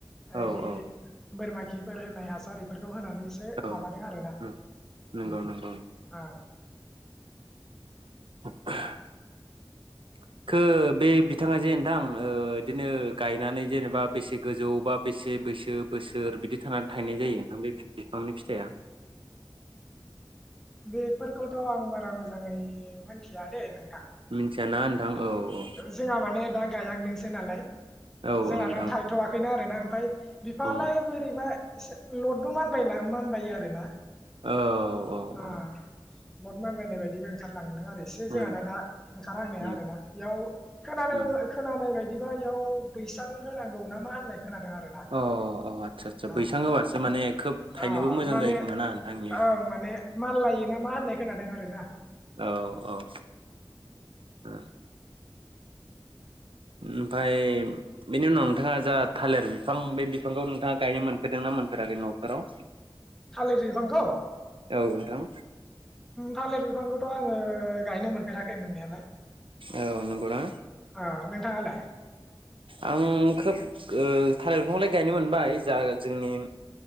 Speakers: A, on the right (about 90°); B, in the centre.
A: औ
B: ओरि
A: औ
B: बोरमा खिफोर होनाय हासार इफोरखौ होनानै एसे
A: औ
B: माबादों आरोना
A: नंगौ
B: ओम
A: नंगौ
B: ओं
A: <inaudible> खो बे बिथाङा जे नोंथां ओ इदिनो गायनानै जेनेबा बेसे गोजौ बा बेसे बैसो बोसोर बिदि थानानै थायनाय जायो नोंथां बे बिफांनि फिथाइया?
B: बेफोरखौथ' आं बारा मोजाङै मिथिया दे नों थां
A: मिथियाना नोंथां औ औ
B: जोंहा माने दा गायहांदोंसो नालाय
A: औ
B: जोंहाना
A: औ नोंथां
B: थायथ'वाखैना आरो ना ओमफाय बिफाङालाय
A: औ
B: बोरैबा एसे लदबो मानबाय मानबायो आरो ना
A: औ औ
B: आ
A: औ
B: <unintelligible> मानबायनाय बा दिनो ओंखारलाङो। इसे
A: उम
B: जोंहाना दा ओंखारहांनाया
A: उम
B: आरो ना बियाव खोनानाय
A: उम
B: खोनानाय बायदिबा बा एयाव बैसां होनांगौ ना मा होननाय खोनादों आरोना
A: अ अ आदसा आदसा
B: ओं
A: बैसां होबासो माने खोब थायनोबो
B: अ
A: मोजां
B: माने
A: जायो खोमा ना नोंथांनिया
B: ओं माने माल लायो ना मा होननाय खोनादों आरो ना
A: औ औ ओ ओमफाय बेनि उनाव नोंथाङा जा थालिर बिफां बे बिफांखौ नोंथाङा गायनो मोनफेरदोंना मोनफेराखै न'फोराव
B: थालिर बिबांखौ
A: औ नोंथां
B: थालिर बिफांथ आं--' आङो गायनो मोनफेराखै मोननायालाय
A: औ नंगौना
B: अ नोंथाङालाय
A: आं खोब थालिर बिफांखौलाय गायनो मोनबाय जा जोंनि